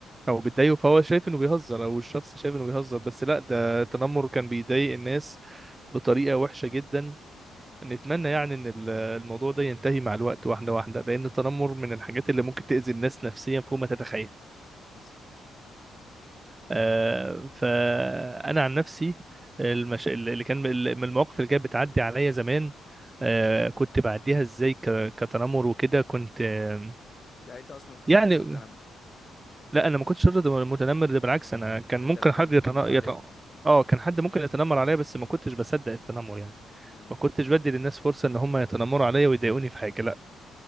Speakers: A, on the right; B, on the left.
A: او بتضايقه فهو شايف انه بيهزر او الشخص شايف انه بيهزر بس لا ده التنمر كان بيضايق الناس بطريقة وحشة جدا نتمنى يعني ان ال- الموضوع ده ينتهي مع الوقت واحدة واحدة لان التنمر من الحاجات اللي ممكن تأذي الناس نفسيا فوق ما تتخيل
B: حصل
A: آه، فانا عن نفسي المش... اللي كان من المواقف اللي كانت بتعدي عليا زمان آه، كنت بعديها ازاي ك... كتنمر وكده كنت آه،
B: يعني انت اصلا ما كنتش
A: يعني
B: طفل متنمر
A: لا انا ما كنتش شرط متنمر ده بالعكس
B: اه
A: انا كان
B: انت
A: ممكن
B: اللي كانوا
A: حد
B: بيتنمروا
A: يتن... يت...
B: عليه
A: اه كان حد ممكن يتنمر عليا بس ما كنتش بصدق التنمر يعني
B: امم.
A: ما كنتش بدي للناس فرصة ان هم يتنمروا عليا ويضايقوني في حاجة لا